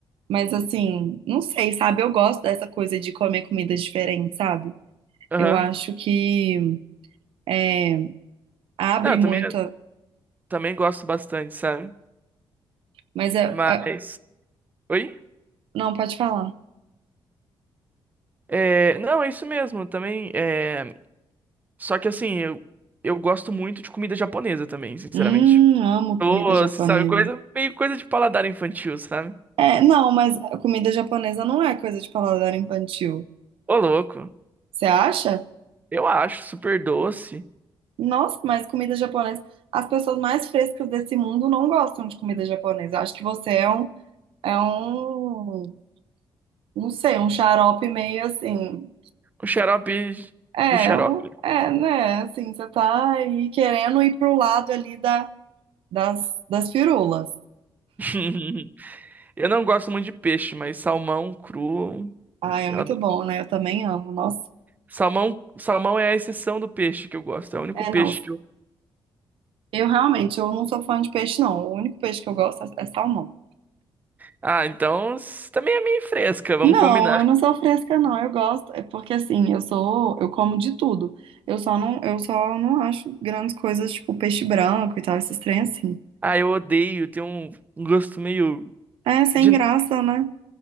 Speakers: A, on the right; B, on the right.
A: Mas assim, não sei, sabe? Eu gosto dessa coisa de comer comidas diferentes, sabe?
B: Aham.
A: Eu acho que é, abre
B: Não, eu
A: muito.
B: também,
A: a-
B: também gosto bastante, sabe?
A: Mas é,
B: Mas.
A: é-
B: Oi?
A: Não, pode falar.
B: É, não, é isso mesmo, também. é, Só que assim, eu, eu gosto muito de comida japonesa também, sinceramente.
A: Hum, amo
B: Doce,
A: comida japonesa.
B: sabe? Coisa, meio coisa de paladar infantil, sabe?
A: É, não, mas a comida japonesa não é coisa de paladar infantil.
B: Ô, louco.
A: Você acha?
B: Eu acho super doce.
A: Nossa, mas comida japonesa. As pessoas mais frescas desse mundo não gostam de comida japonesa. Acho que você é um, é um, não sei, um xarope meio assim.
B: O xarope
A: É,
B: do xarope.
A: um, é, né? Assim, você tá aí querendo ir pro lado ali da, das, das firulas.
B: <laughs> Eu não gosto muito de peixe, mas salmão cru,
A: Ah, é
B: eu
A: muito bom, né? Eu também amo. Nossa,
B: Salmão, salmão é a exceção do peixe que eu gosto. É o único
A: é,
B: peixe
A: não.
B: que eu.
A: Eu realmente, eu não sou fã de peixe, não. O único peixe que eu gosto é é salmão.
B: Ah, então s- também é meio fresca, vamos
A: Não,
B: combinar.
A: eu não sou fresca, não. Eu gosto, é porque assim, eu sou, eu como de tudo. Eu só não, eu só não acho grandes coisas tipo peixe branco e tal, esses trem assim.
B: Ah, eu odeio, tem um, um gosto meio
A: É, sem
B: de.
A: graça, né?